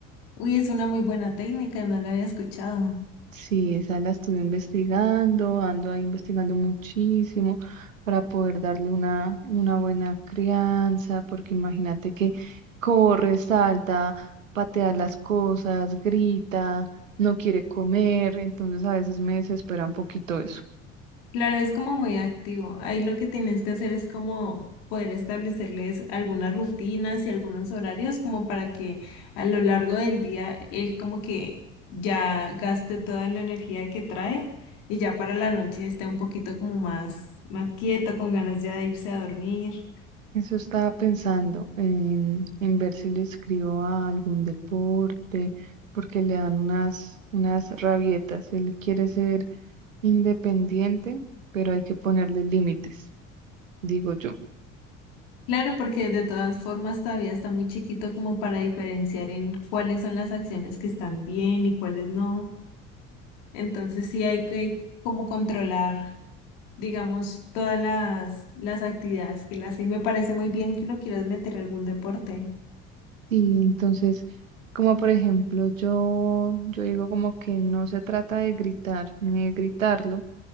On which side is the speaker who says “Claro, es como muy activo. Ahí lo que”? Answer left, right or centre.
Left